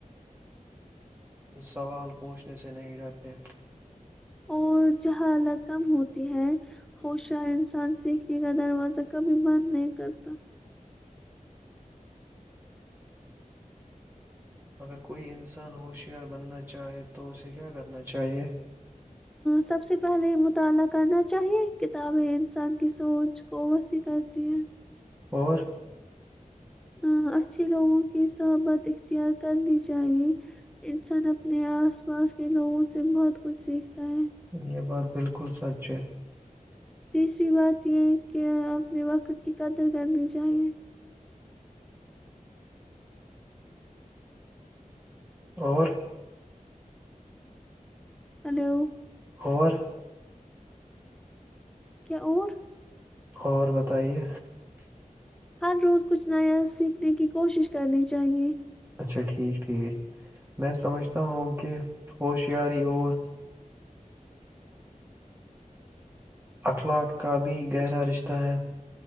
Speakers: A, on the right; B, in the centre.
A: سوال پوچھنے سے نہیں ڈرتے
B: اور جہاں حالت کم ہوتی ہے ہوشار انسان سیکھنے کا دروازہ کبھی بند نہیں کرتا
A: اگر کوئی انسان ہوشیار بننا چاہے تو اسے کیا کرنا چاہیئے
B: سب سے پہلے مطالعہ کرنا چاہیے کتابیں انسان کی سوچ کو وسیع کرتی ہیں
A: اور
B: ا اچھھی لوگوں کی صحبت اختیار کرنی چاہیے انسان اپنے آس پاس کے لوگوں سے بہت کچھ سیکھتا ہے
A: یہ بات بالکل سچ ہے
B: تیسری بات یہ کہ اپنے وقت کی قدر کرنی چاہیے
A: اور
B: ہلو
A: خور
B: کیا اور
A: اور بتائیے
B: ہر روز کچھ نیا سیکھنے کی کوشش کرنی چاہیے
A: اچھا ٹھیک ٹھیک میں سمجھتا ہوں کہ ہوشیاری اور اخلاق کا بھی گہرا رشتہ ہے